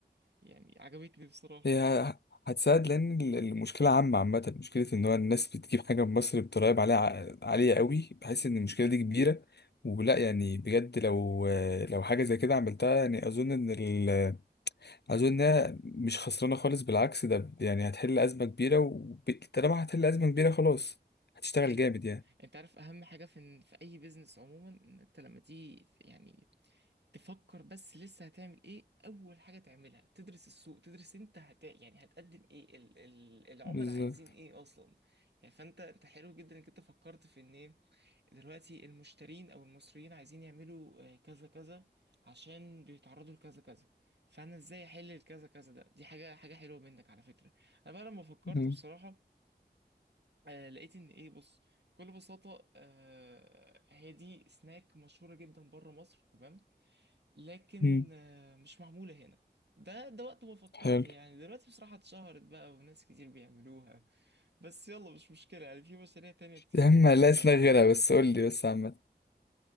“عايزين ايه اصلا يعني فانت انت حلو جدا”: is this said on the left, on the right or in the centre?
Right